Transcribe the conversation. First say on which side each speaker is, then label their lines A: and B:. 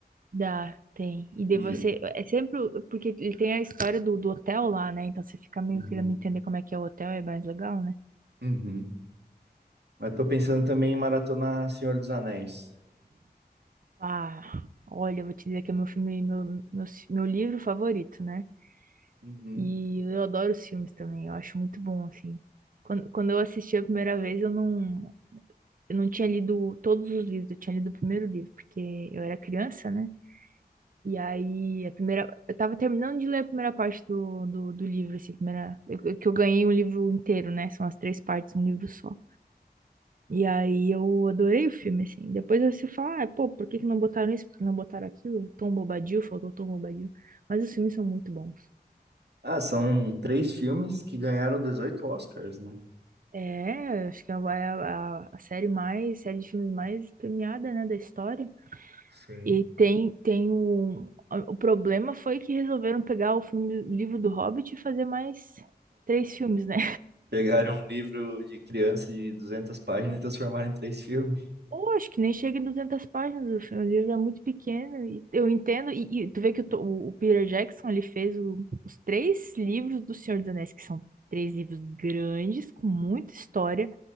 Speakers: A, on the right; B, on the right.
A: Dá, tem. E de
B: E,
A: você, é sempre, o- porque ele tem a história do, do hotel lá, né? Então você fica meio
B: uhum,
A: querendo entender como é que é o hotel, é mais legal, né?
B: uhum. Mas tô pensando também em maratonar Senhor dos Anéis.
A: Ah, olha, eu vou te dizer que é meu filme, meu, meu, meu livro favorito, né?
B: Uhum.
A: E eu adoro os filmes também, eu acho muito bom, assim. Quando, quando eu assisti a primeira vez, eu não, eu não tinha lido todos os livros, eu tinha lido o primeiro livro, porque eu era criança, né? E aí, a primeira, eu tava terminando de ler a primeira parte do, do, do livro, assim, primeira, que eu ganhei um livro inteiro, né? São as três partes, um livro só. E aí eu adorei o filme, assim. Depois você fala, ah, pô, por que que não botaram isso? Por que não botaram aquilo? Tom Bobadil, faltou Tom Bobadil. Mas os filmes são muito bons.
B: Ah, são três filmes que ganharam 18 Oscars, né?
A: É, acho que é a, é a, a série mais, série de filmes mais premiada, né, da história.
B: Sim.
A: E tem, tem um... O problema foi que resolveram pegar o filme, o livro do Hobbit e fazer mais três filmes, né?
B: Pegaram um livro de criança de 200 páginas e transformaram em três filmes.
A: Pô, acho que nem chega em 200 páginas, o filme, o livro é muito pequeno, e eu entendo, e, e tu vê que o, To- o Peter Jackson, ele fez o- os três livros do Senhor dos Anéis, que são três livros grandes, com muita história,